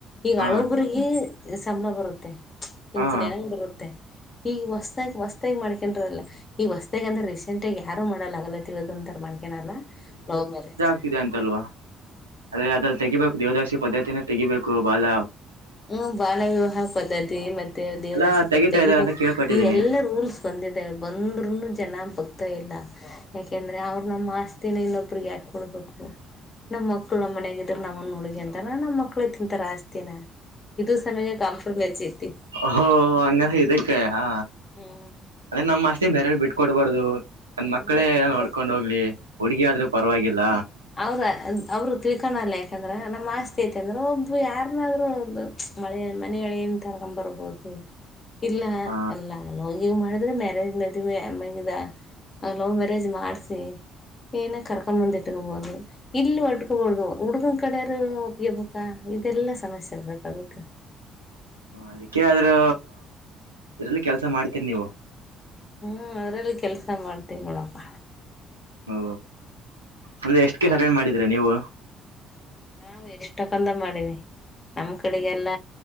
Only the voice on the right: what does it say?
ಹ
ಹ
ಇದೆ ಅಂತಲ್ವಾ ಆದ್ರೆ ಅದಲ್ಲಿ ತೆಗಿಬೇಕು ದೇವದಾಸಿ ಪದ್ದತಿನ ತೆಗಿಬೇಕು ಬಾಳ
ಎಲ್ಲಾ ತೆಗಿತಾ
ಇದಾರೆ ಅಂತ ಕೇಳ್ಪಟ್ಟಿದ್ದೀನಿ
ಹ ಹಂಗ ಇದಕ್ಕೆ ಹಾ
ಅದೇ ನಮ್ಮ ಅಸ್ತಿನ್ ಬೇರೆ ಬಿಟ್ಟಟ್ ಕೊಡ್ಬಾರ್ದದು ನನ್ ಮಕ್ಕಳೇ
ನೋಡ್ಕೊಂಡ್ ಹೋಗ್ಲಿ ಹುಡುಗಿ ಆದ್ರೂ ಪರವಾಗಿಲ್ಲ
ಹ
ಅದಕ್ಕೆ ಆದ್ರೂ ಇದ್ರಲ್ಲಿ ಕೆಲ್ಸ ಮಾಡ್ತೀರಿ ನೀವು
ಓ ಅಂದ್ರೆ ಎಷ್ಟ ಕೇಸ್ ಅಟೆಂಡ್ ಮಾಡಿದೀರಾ ನೀವು